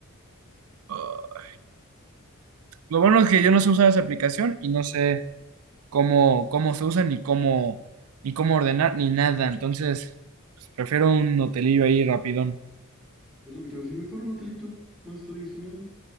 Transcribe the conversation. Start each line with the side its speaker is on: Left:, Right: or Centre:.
Right: Ah, Lo bueno es que yo no sé usar esa aplicación y no sé cómo, cómo se usa, ni cómo, ni cómo ordenar, ni nada. Entonces, pues, prefiero un hotelillo ahí rapidón.
Centre: Es lo que te voy a decir, mejor un hotelito más tradicional,